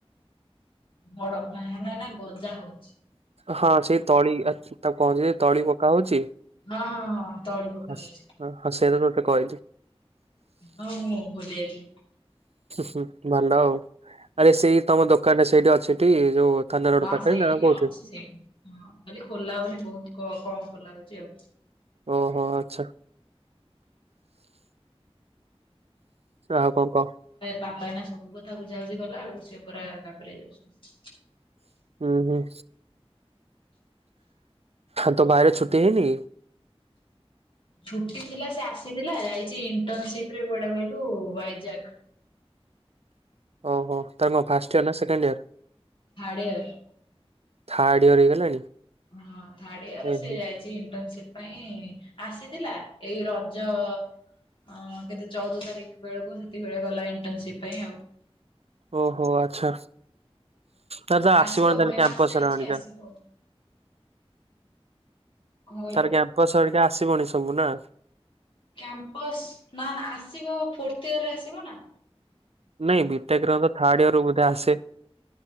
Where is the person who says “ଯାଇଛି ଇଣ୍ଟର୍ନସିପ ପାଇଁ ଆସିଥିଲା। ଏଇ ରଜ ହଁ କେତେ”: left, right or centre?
Left